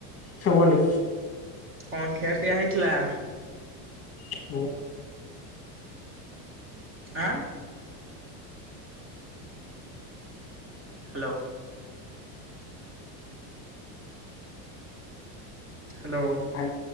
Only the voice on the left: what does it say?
ଶୁଭୁନି।
ମୁଁ
ଭାଇ